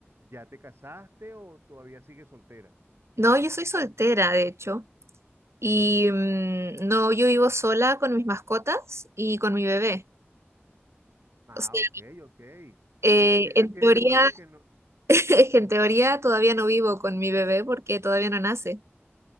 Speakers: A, on the right (about 60°); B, on the right (about 75°).
A: ¿Ya te casaste o todavía sigues soltera?
B: No, yo soy soltera, de hecho. Y mm, no, yo vivo sola con mis mascotas y con mi bebé.
A: Ah,
B: O sea,
A: ok, ok.
B: eh,
A: ¿Qué, qué edad
B: en
A: tiene
B: teoría,
A: tu bebé? Que
B: <laughs>
A: no...
B: es que en teoría todavía no vivo con mi bebé porque todavía no nace.